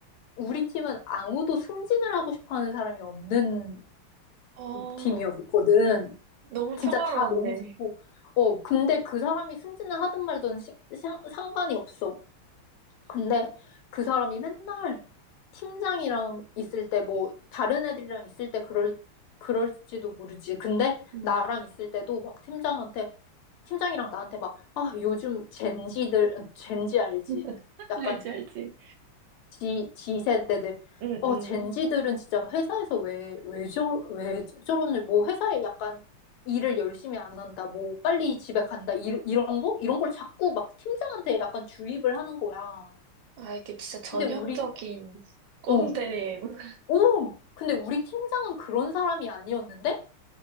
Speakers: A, on the left; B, on the right.
A: 우리 팀은 아무도 승진을 하고 싶어 하는 사람이 없는
B: 아,
A: 팀이었거든.
B: 너무
A: 진짜
B: 평화로웠네.
A: 다 너무 좋고. 어, 근데 그 사람이 승진을 하든 말든 시- 상, 상관이 없어. 근데 그 사람이 맨날 팀장이랑 있을 때, 뭐, 다른 애들이랑 있을 때 그럴, 그럴지도 모르지. 근데
B: 응.
A: 나랑 있을 때도 막 팀장한테 팀장이랑 나한테 막, 아, 요즘 젠지들, 젠지 알지?
B: <laughs>
A: 약간
B: 알지, 알지.
A: 지, 지세대들.
B: 응,
A: 어,
B: 응.
A: 젠지들은 진짜 회사에서 왜, 왜, 저, 왜 저러는지, 뭐 회사에 약간 일을 열심히 안 한다, 뭐 빨리 집에 간다, 이, 이런 거? 이런 걸 자꾸 막 팀장한테 약간 주입을 하는 거야.
B: 아, 이게 진짜 전형적인
A: 근데 우리,
B: 꼰대.
A: 어,
B: <laughs>
A: 오! 근데 우리 팀장은 그런 사람이 아니었는데,